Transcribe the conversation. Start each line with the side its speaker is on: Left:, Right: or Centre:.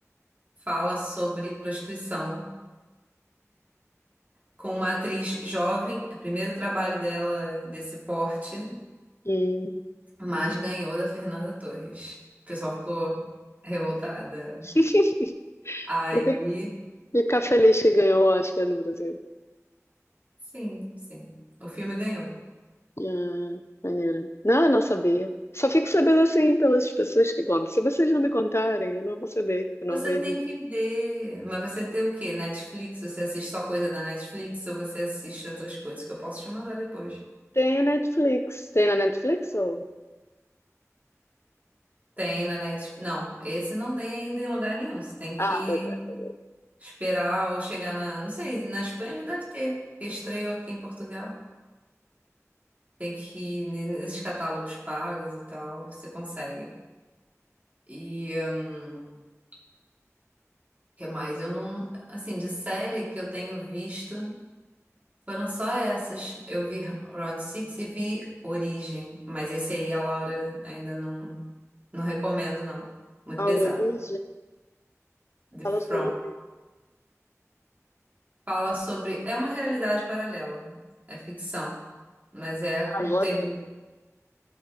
Right: fala sobre prostituição, com uma atriz jovem, é o primeiro trabalho dela desse porte,
Left: Hum.
Right: mas ganhou da Fernanda Torres. O pessoal ficou revoltada.
Left: <laughs>
Right: Aí.
Left: Eu tenho que ficar feliz que ganhou o Oscar no Brasil.
Right: Sim, sim. O filme ganhou.
Left: Ah, maneiro. Não, eu não sabia. Só fico sabendo assim pelas pessoas que contam. Se vocês não me contarem, eu não vou saber. Eu não
Right: Você
Left: vejo.
Right: tem que ver. Mas você tem o quê? Netflix? Você assiste só coisa da Netflix ou você assiste outras coisas que eu posso te mandar depois?
Left: Tem o Netflix. Tem na Netflix ou?
Right: Tem na Netflix. Não, esse não tem ainda em lugar nenhum. Você tem
Left: Ah,
Right: que
Left: pois é.
Right: esperar ou chegar na. Não sei, na Espanha já deve ter, porque estreou aqui em Portugal. Tem que ir ne- nesses catálogos pagos e tal. Você consegue. E. hum, O que mais? Eu não. Assim, de série que eu tenho visto. Foram só essas. Eu vi Round Six e vi Origem, mas esse aí a Laura ainda não, não recomendo, não. Muito
Left: A
Right: pesado.
Left: origem
Right: The
Left: fala
Right: From.
Left: sobre o quê?
Right: Fala sobre. É uma realidade paralela. É ficção. Mas é
Left: Ah,
Right: com
Left: eu adoro.
Right: terror.